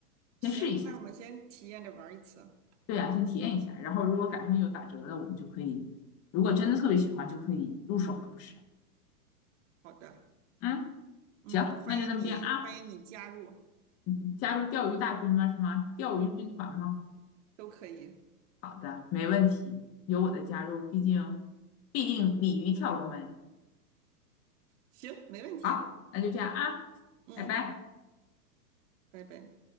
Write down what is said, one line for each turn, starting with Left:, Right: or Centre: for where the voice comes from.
Right: 行，
Left: 先试一下。
Right: 那我们先体验着玩儿一次。
Left: 对呀，先体验一下，然后如果赶上有打折的，我们就可以，如果真的特别喜欢，就可以入手了，不是？
Right: 好的，
Left: 嗯，
Right: 嗯，
Left: 行，
Right: 欢迎你，
Left: 那就这么定啊。
Right: 欢迎你加入，
Left: 你加入钓鱼大军吗？是吗？钓鱼军团吗？
Right: 都可以。
Left: 好的，没问题，有我的加入，毕竟必定鲤鱼跳龙门。
Right: 行，没问题。
Left: 好，那就这样啊，
Right: 嗯，
Left: 拜拜。
Right: 拜拜。